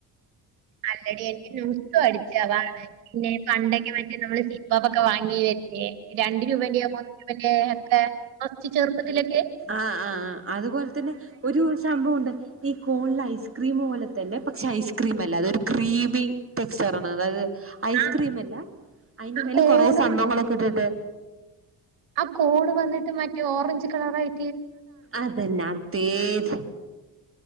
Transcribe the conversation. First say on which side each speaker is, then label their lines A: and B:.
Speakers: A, on the right; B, on the right.
A: അല്ലടി എനിക്ക് നൊസ്റ്റു അടിച്ചഅതാണ് പിന്നെ പണ്ടൊക്കെ മറ്റേ നമ്മള്. സിപ്പപ്പൊക്കെ വാങ്ങി തരേ രണ്ട രൂപന്റെയോ മൂന്ന് രൂപന്റെ ഒക്കെ കു ചെറുപ്പത്തിലൊക്കെ.
B: ആഹ ആഹ് അതുപോലെ തന്നെ ഒരു സംഭവുണ്ടായി ഈ കോണിൽ ഐസ്ക്രീം പോലെ തന്നെ പക്ഷെ ഐസ് ക്രീം അല്ല അതൊരു ക്രീമി ടെക്സ്ചറ ആണ് അതായത്. ഐസ്ക്രീം
A: ആ
B: അല്ലേ അതിന്റെ മേല
A: കോണ്
B: കൊറെ സംഭവങ്ങളൊക്കെ ഇട്ടിട്ട്.
A: ആ കോണ് വന്നിട്ട് മറ്റേ ഓറഞ്ച് കളർ ആയി
B: അതന്നെ അ പേര്